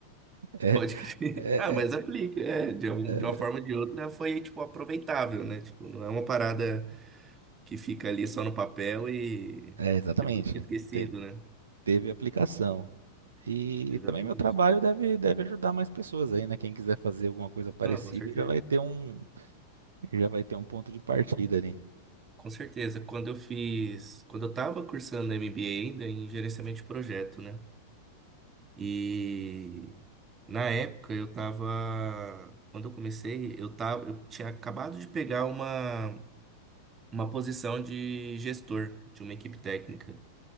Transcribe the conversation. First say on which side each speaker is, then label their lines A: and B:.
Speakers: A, on the right (about 75°); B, on the right (about 25°).
A: <laughs>
B: Pode crer.
A: É,
B: <laughs> Ah, mas
A: é,
B: aplica, é. De, algum-
A: é,
B: de uma forma ou de outra foi, tipo, aproveitável, né? Tipo, não é uma parada que fica ali só no papel e
A: é, exatamente.
B: depois fica esquecido,
A: Te-
B: né?
A: teve aplicação. E
B: Exatamente.
A: também meu trabalho deve, deve ajudar mais pessoas aí, né? Quem quiser fazer alguma coisa parecida
B: Não, com certeza.
A: já vai ter um, Já vai ter um ponto de partida ali.
B: Com certeza, quando eu fiz, quando eu estava cursando MBA ainda em gerenciamento de projeto, né? E na época eu tava, quando eu comecei, eu tava, eu tinha acabado de pegar uma uma posição de gestor de uma equipe técnica,